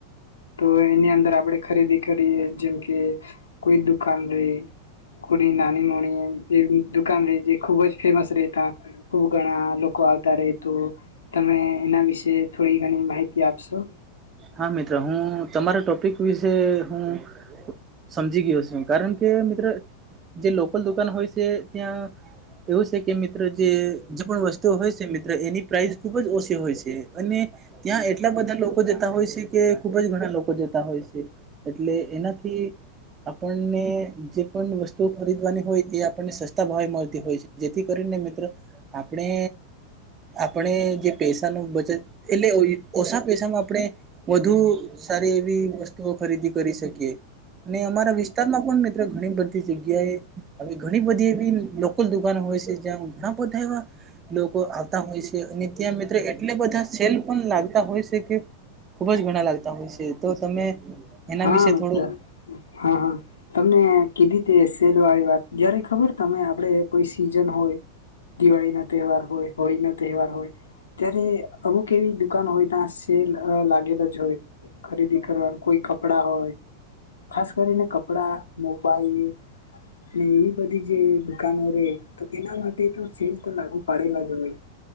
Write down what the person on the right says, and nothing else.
હા મિત્રો હું તમારા ટોપિક વિશે હું સમજી ગયો છે કારણ કે મિત્ર જે લોકલ દુકાન હોય છે ત્યાં એવું છે કે મિત્ર જે જે પણ વસ્તુઓ હોય છે મિત્ર એની પ્રાઇસ ખુબ જ ઓછી હોય છે અને ત્યાં એટલા બધા લોકો જતા હોય છે કે ખુબ જ ઘણા લોકો જતા હોય છે એટલે એનાથી આપણને જે પણ વસ્તુ ખરીદવાની હોય એ આપણને સસ્તા ભાવે મળતી હોય છે જેથી કરીને મિત્રો આપણે આપણે જે પૈસા ન બચત એટલે ઓછા પૈસામાં આપણે વધુ સારી એવી તો ખરીદી કરી શકીએ અને અમારા વિસ્તારમાં પણ મિત્રો ઘણી બધી જગ્યાએ હ ઘણી બધી એવી લ દુકકાાન હોય છે જ્યાં ઘણા બધા એવા લોકો આવતા હોય છે અને ત્યાં મિત્રો એટલે બધા સેલ પણ લાગતા હોય છે કે ખુબ જ ઘણા લાગતા હોય છે તો તમે એના
વિશે
થોડું